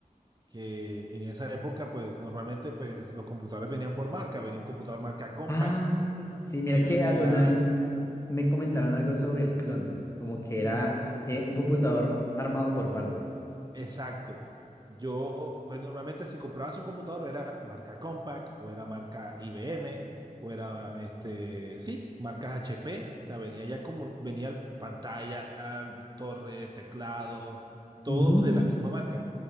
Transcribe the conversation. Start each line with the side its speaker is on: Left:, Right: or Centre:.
Right: que en esa época, pues normalmente pues, los computadores venían por marca. Venía un computador marca Compaq
Left: Ah, sí, mira
Right: que
Left: que
Right: venía
Left: alguna vez me comentaron algo sobre el clon, como que era
Right: ujú,
Left: eh, un computador armado por partes.
Right: Exacto. Yo, pues normalmente si comprabas un computador era marca Compaq o era marca IBM o era, este, sí, marcas HP. O sea, venía ya como, venía el- pantalla, torre, teclado, todo
Left: Ujú.
Right: de la misma marca.